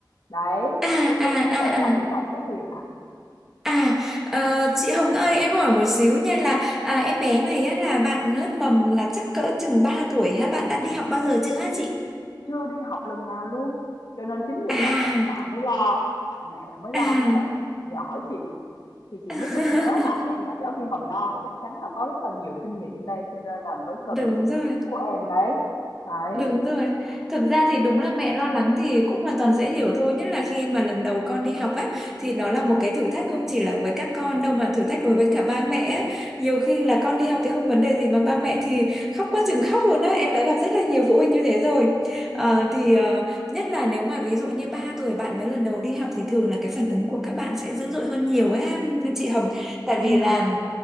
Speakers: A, on the left; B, in the centre.
A: đấy
B: À
A: cái cái
B: à
A: cái vấn đề
B: à
A: là
B: à. À
A: như vậy đó Huyền ạ
B: À, ờ, chị Hồng ơi em hỏi một xíu nha là à, em bé này á, là bạn lớp mầm là chắc cỡ chừng 3 tuổi hả? Bạn đã đi học bao giờ chưa hả chị?
A: chưa đi học lần nào luôn cho nên chính vì
B: À.
A: vậy mẹ bạn mới lo bạn mẹ bạn mới lo
B: À.
A: mới nhờ nhờ hỏi chị Thì chị
B: <laughs>
A: mới sực nhớ là em là giáo viên mầm non thì chắc chắn là có rất là nhiều kinh nghiệm đây cho nên là mới cần
B: Đúng
A: cái sự
B: rồi.
A: tư vấn của em đấy. Đấy.
B: Đúng rồi. Thực ra thì đúng là mẹ lo lắng thì cũng hoàn toàn dễ hiểu thôi. Nhất là khi mà lần đầu con đi học á, thì nó là một cái thử thách không chỉ là với các con đâu mà thử thách đối với cả ba mẹ á. Nhiều khi là con đi học thì không vấn đề gì mà ba mẹ thì khóc quá chừng khóc luôn á. Em đã gặp rất là nhiều phụ huynh như thế rồi.
A: ừ
B: Ờ, thì ờ, nhất là nếu mà ví dụ như 3 tuổi bạn mới lần đầu đi học thì thường là cái phản ứng của các bạn sẽ dữ dội hơn nhiều á chị Hồng. Tại vì
A: ừ
B: là